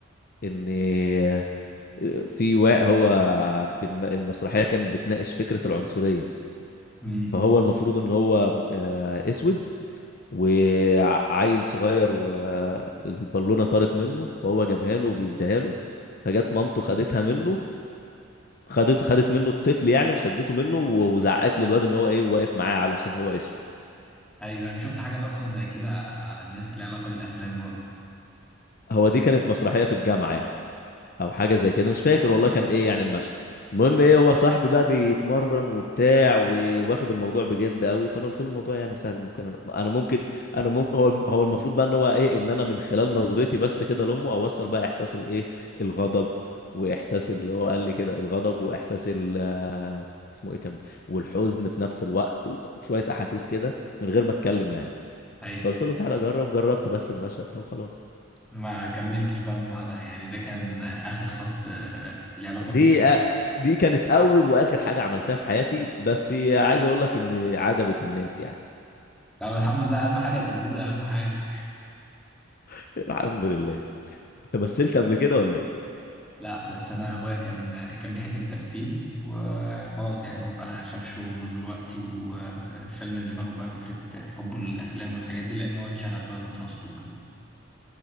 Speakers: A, on the left; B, in the centre.
A: ان آه، في واقع هو بن- المسرحيه كانت بتناقش فكره العنصريه
B: امم
A: فهو المفروض ان هو آه، اسود وعيل صغير والبالونه طارت منه فهو جابها له وبيديها له فجت مامته خدتها منه خدت خدت منه الطفل يعني وشدته منه وزعقت للواد ان هو ايه واقف معاه علشان هو اسود
B: ايوه انا شفت حاجات اصلا زي كده على النت ليها علاقه بالافلام برضه
A: هو دي كانت مسرحيه في الجامعه يعني او حاجه زي كده مش فاكر والله كان ايه يعني المشهد المهم ايه هو صاحبي بقى بيتمرن وبتاع وواخد الموضوع بجد قوي فانا قلت له الموضوع يعني سهل ممكن انا, أنا ممكن انا ممكن هو هو المفروض بقى ان هو ايه ان انا من خلال نظرتي بس كده لامه اوصل بقى احساس الايه الغضب واحساس اللي هو قال لي كده الغضب واحساس ال آه، اسمه ايه كمان والحزن في نفس الوقت وشويه احاسيس كده من غير ما اتكلم يعني
B: ايوه
A: فقلت له تعالى جرب جربت بس المشهد ده وخلاص
B: ما كملتش بقى من بعدها يعني ده كان آه، اخر خط آه، ليه علاقه
A: دي
B: بالتمثيل
A: دي كانت اول واخر حاجه عملتها في حياتي بس عايز اقول لك ان عجبت الناس يعني
B: طب الحمد لله اهم حاجه القبول اهم حاجه
A: <laughs> الحمد لله انت مثلت قبل كده ولا ايه
B: لا بس انا اخويا كان كان بيحب التمثيل وخلاص يعني هو بقى شاف شغله دلوقتي وشال من دماغه بقى فكرة حبه للافلام والحاجات دي لان هو اتشغل بقى في دراسته وكده